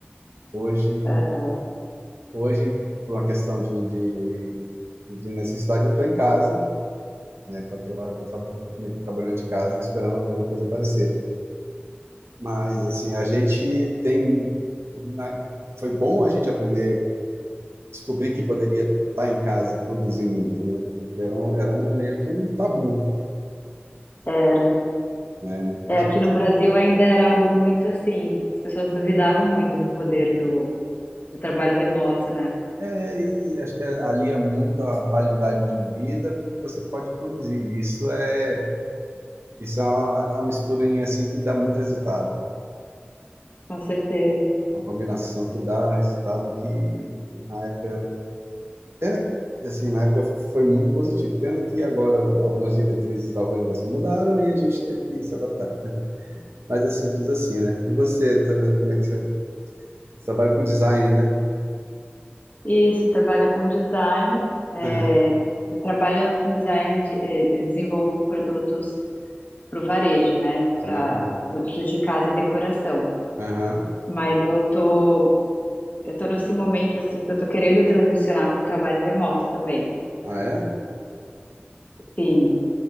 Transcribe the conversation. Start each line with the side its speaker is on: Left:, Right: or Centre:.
Right: Hoje,
Left: Aham.
Right: hoje, por uma questão de, de, de necessidade, eu estou em casa, né? Para trabalhar, vou traba- meio que trabalhando de casa, esperando alguma coisa aparecer. Mas, assim, a gente tem. né, Foi bom a gente aprender, descobrir que poderia estar em casa e produzir muito, né? Porque era um, era um meio que um tabu,
Left: Era.
Right: né?
Left: É,
Right: Acho,
Left: aqui no Brasil ainda era algo muito assim. As pessoas duvidavam muito do poder do, do trabalho remoto, né?
Right: é, e acho que alia muito a qualidade de vida com o que você pode produzir. Isso é, isso é uma, é uma misturinha assim que dá muito resultado.
Left: Com certeza.
Right: Uma combinação que dá resultado que na época Pena que, assim, na época foi muito positivo. Pena que agora algumas diretrizes da organização mudaram e a gente teve que se adaptar. Mas é simples assim, né? E você, tra- como é que você, você trabalha com design, né?
Left: Isso, eu trabalho com design. É,
Right: Aham,
Left: eu trabalho com design, de, eh, eu desenvolvo produtos para o varejo, né? Para
Right: aham,
Left: produtos de casa e decoração.
Right: aham.
Left: Mas eu tô Eu tô nesse momento, assim, que eu tô querendo transicionar para um trabalho remoto também.
Right: Ah, é?
Left: Sim,